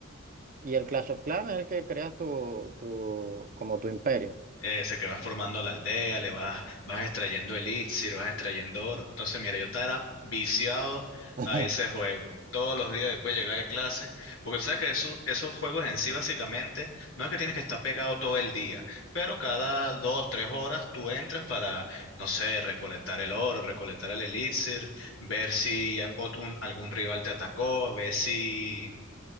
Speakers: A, on the right (about 40°); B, on the left (about 75°).
A: Y el Clash of Clans es el que creas tu, tu, como tu imperio.
B: ese que vas formando la aldea, le vas, vas extrayendo elixir, vas extrayendo oro. Entonces, mira, yo estaba viciado
A: <laughs>
B: a ese juego. Todos los días después de llegar de clase, porque tú sabes que eso- esos juegos en sí básicamente no es que tienes que estar pegado todo el día, pero cada dos, tres horas tú entras para, no sé, recolectar el oro, recolectar el elixir, ver si a- ot- un- algún rival te atacó, ver si